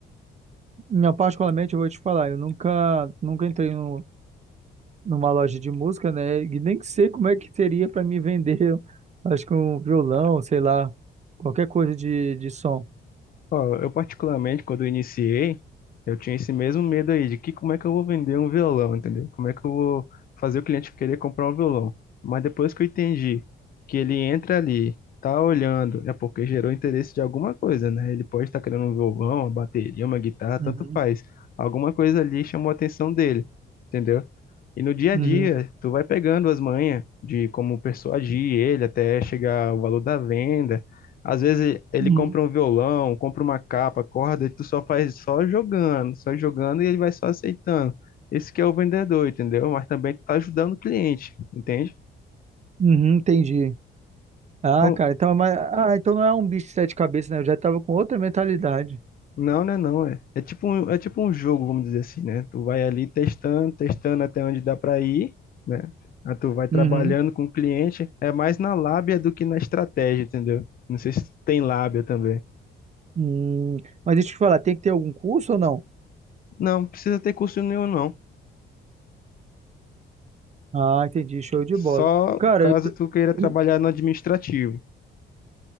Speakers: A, on the right; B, on the left.
A: Não, particularmente, eu vou te falar, eu nunca, nunca entrei no, numa loja de música, né? E nem sei como é que seria para me vender, <laughs> acho que um violão, sei lá, qualquer coisa de, de som.
B: Ó, eu particularmente, quando eu iniciei, eu tinha esse mesmo medo aí de que como é que eu vou vender um violão, entendeu? Como é que eu vou fazer o cliente querer comprar um violão? Mas depois que eu entendi que ele entra ali, tá olhando, é porque gerou interesse de alguma coisa, né? Ele pode estar querendo um violão, uma bateria, uma guitarra, tanto
A: Uhum,
B: faz. Alguma coisa ali chamou a atenção dele, entendeu? E no dia
A: uhum,
B: a dia, tu vai pegando as manhas de como persuadir ele até chegar ao valor da venda, às vezes ele
A: uhum,
B: compra um violão, compra uma capa, corda, e tu só faz só jogando, só jogando e ele vai só aceitando. Esse que é o vendedor, entendeu? Mas também tu tá ajudando o cliente, entende?
A: uhum, entendi. Ah,
B: Então,
A: cara, então, mas, ah, então não é um bicho de sete cabeças, né? Eu já tava com outra mentalidade.
B: não, né, não, é. É tipo um, é tipo um jogo, vamos dizer assim, né? Tu vai ali testando, testando até onde dá para ir, né? Aí tu vai trabalhando
A: Uhum.
B: com o cliente, é mais na lábia do que na estratégia, entendeu? Não sei se tu tem lábia também.
A: Hum, mas deixa eu te falar, tem que ter algum curso ou não?
B: Não, precisa ter curso nenhum, não.
A: Ah, entendi, show de
B: Só
A: bola. Cara,
B: caso tu queira
A: eu-
B: trabalhar no administrativo.